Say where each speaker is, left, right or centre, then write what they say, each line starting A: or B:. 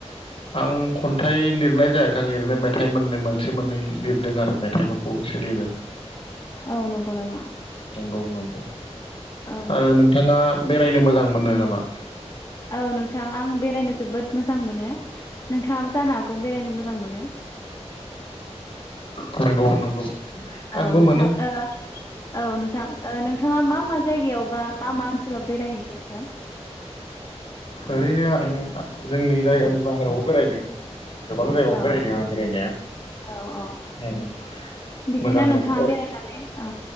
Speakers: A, on the left; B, on the left.
A: आं खन्थाइ लिरनाय जायाखै आं ओरैनो मेथाइ मोनै मोनसे मोननै लिरदों आरो मेथाइफोरखौ एसे लिरो
B: औ नंगौ नामा?
A: नंगौ नंगौ
B: औ
A: आरो नोंथाङा बेरायनो मोजां मोनो नामा?
B: औ नोंथां आं बेरायनो जोबोद मोजां मोनो । नोंथाङाबो जानो हागौ बेरायनो मोजां मोनो ।
A: <inaudible> नंगौ नंगौ आंबो
B: औ नोंथां
A: मोनो
B: ओ औ नोंथां ओ नोंथाङा मा मा ज जायगायाव बा मा मा ओनसोलाव बेरायहैखो नोंथां?
A: ओरैनो आं जोंनि जायगानि बाहेरावबो बेरायदों। गोबां जायगायावनो
B: औ
A: बेरायदों आं बेरायनाया।
B: औ औ
A: ओम
B: बिदिनो
A: मोजां मोनो
B: नोंथाङा
A: बेराय
B: बेरायनानै औ